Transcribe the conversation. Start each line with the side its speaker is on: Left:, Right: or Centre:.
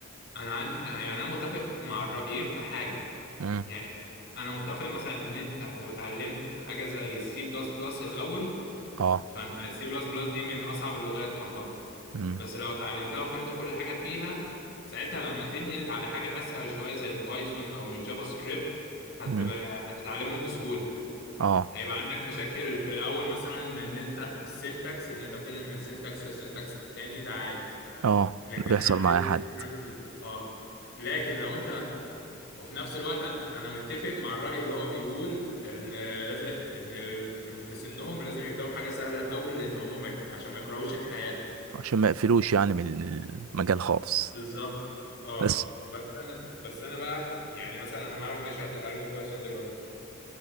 Left: أنا عن يعني أنا متفق مع الرأيين في حاجة
Right: امم
Left: يعني انا متفق مثلا ان انت لو اتعلمت حاجه زي السي بلس بلس الاول
Right: اه
Left: فانت السي بلس بلس دي من اصعب اللغات تعتبر
Right: امم
Left: بس لو اتعلمتها وفهمت كل حاجه فيها ساعتها لما تنقل على حاجه اسهل شويه زي البايثون او الجافا سكريبت هتبقى
Right: امم
Left: هتتعلمهم بسهوله
Right: اه
Left: هيبقى عندك مشاكل في الاول مثلا ان انت في السينتاكس ان انت بتنقل من سينتاكس لسينتاكس تاني ده عادي
Right: اه
Left: لكن
Right: ده بيحصل
Left: هتد...
Right: مع اي حد
Left: هتتعلم اه لكن لو انت وفي نفس الوقت انا متفق مع الرأي اللي هو بيقول ان لازم ان ال- الم- في سنهم لازم يبدأوا بحاجة سهلة الاول لان هم ما يك- عشان ما يكرهوش الحياة
Right: عشان ما يقفلوش يعني من المجال خالص
Left: بالظبط اه
Right: بس
Left: بس انا بس انا بقى يعني مثلا انا معاهم ماشي هتتعلموا البايثون دلوقتي